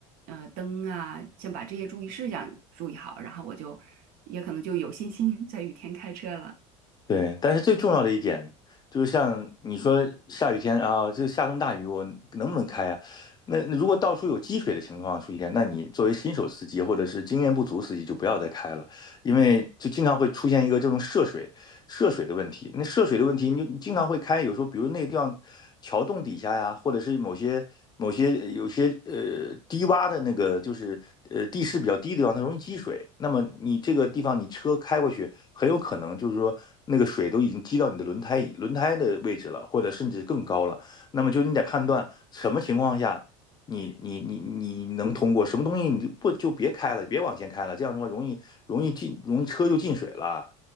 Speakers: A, on the right (about 65°); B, on the left (about 25°).
A: 呃，灯啊，先把这些注意事项注意好，然后我就也可能就有信心 <laughs> 在雨天开车了。
B: 对，但是最重要的一点就是，像你说下雨天啊，这下这么大雨，我能不能开啊？那那如果到处有积水的情况出现，那你作为新手司机或者是经验不足司机就不要再开了，因为就经常会出现一个这种涉水，涉水的问题。那涉水的问题，你就经常会开，有时候比如那个地方桥洞底下呀，或者是某些某些呃有些呃低洼的那个，就是呃地势比较低的地方，它容易积水。那么你这个地方，你车开过去，很有可能就是说那个水都已经积到你的轮胎轮胎的位置了，或者甚至更高了。那么就你得判断什么情况下。你你你你能通过什么东西你就不就别开了，别往前开了，这样的话容易容易进容易车就进水了。